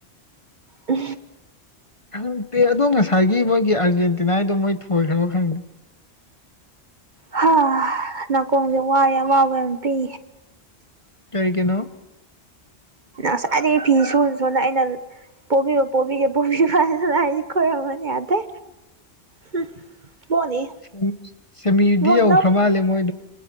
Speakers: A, on the right; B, on the left.
A: ꯎ
B: ꯈꯪꯗꯦ ꯑꯗꯣ ꯉꯁꯥꯏꯒꯤ ꯃꯣꯏꯒꯤ ꯑꯥꯔꯖꯦꯟꯇꯤꯅꯥꯏꯗꯣ ꯃꯣꯏ ꯊꯣꯏꯈ꯭ꯔꯕ ꯈꯪꯗꯦ
A: ꯍꯥ ꯅꯥꯀꯣꯡꯁꯦ ꯋꯥꯏ ꯑꯋꯥꯕ ꯌꯥꯝ ꯄꯤ
B: ꯇꯔꯤ ꯀꯅꯣ
A: ꯑꯁꯥꯏꯗꯤ ꯐꯤ ꯁꯨ ꯁꯨꯅ ꯑꯩꯅ ꯄꯣꯕꯤꯕ ꯄꯕꯤꯒꯦ ꯄꯣꯕꯤꯕꯅ ꯂꯥꯢꯁꯤ ꯈꯣꯔꯝꯕꯅꯤ ꯌꯥꯗꯦ ꯍꯨꯝ ꯃꯣꯠꯅꯤ
B: ꯁꯦꯃꯤ ꯁꯦꯃꯤꯔꯗꯤ
A: ꯃꯣꯠ
B: ꯌꯧꯈ꯭ꯔ ꯃꯥꯜꯂꯦ ꯃꯣꯏꯗꯣ